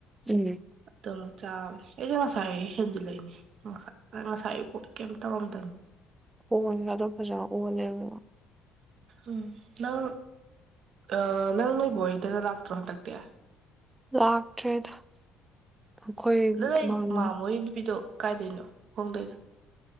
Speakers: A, on the right (about 20°); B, on the right (about 60°).
A: ꯎꯝ꯫
B: ꯑꯗꯣ ꯆꯥꯕꯅꯦ ꯑꯩꯁꯦ ꯉꯁꯥꯏ ꯍꯦꯟꯖꯤꯜꯂꯛꯏꯅꯦ ꯉꯁ ꯉꯁꯥꯏꯒꯤ ꯄꯣꯠ ꯀꯩꯝ ꯇꯧꯔꯝꯗꯕꯅꯤ꯫
A: ꯈꯣꯟ ꯒꯗꯣ ꯐꯖꯥ ꯑꯣꯜ ꯂꯦꯕꯥ꯫
B: ꯎꯝ ꯅꯪ ꯑꯥ ꯅꯪ ꯅꯣꯏ ꯕꯣꯛ ꯍꯣꯌꯗꯒꯥ ꯂꯥꯛꯇ꯭ꯔꯣ ꯍꯟꯗꯛꯇꯛꯇꯤ?
A: ꯂꯥꯛꯇ꯭ꯔꯦꯗ꯫ ꯑꯩꯈꯣꯏ
B: ꯑꯗ
A: ꯃꯥꯃ
B: ꯃꯥꯃꯣꯏ ꯅꯨꯄꯤꯗꯣ ꯀꯥꯏꯗꯩꯅꯣ ꯍꯣꯡꯗꯣꯏꯗꯣ?